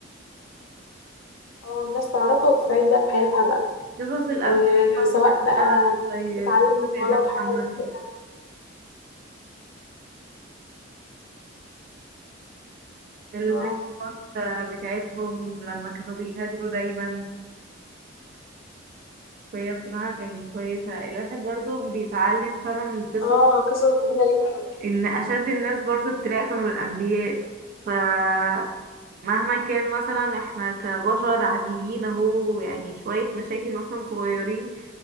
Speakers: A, on the left; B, on the right.
A: اه الناس تعرفها وتستعين بقى في حياتها بقى
B: قصص الأمثال
A: آه
B: برضو
A: سواء
B: بحبها
A: بقى
B: زي
A: تتعلم من غلط
B: سيدنا
A: حصل
B: محمد
A: فيها.
B: القصص
A: اه
B: بتاعتهم لما كانوا بيهاجروا دايما وهي بصراحة كانت كويسة الواحد برضو بيتعلم فما من القصص
A: اه قصص جميله جدا
B: ان اشد الناس برضو ابتلاء كانوا الانبياء فمهما كان مثلا احنا كبشر عاديين اهو يعني شوية مشاكل مثلا صغيرين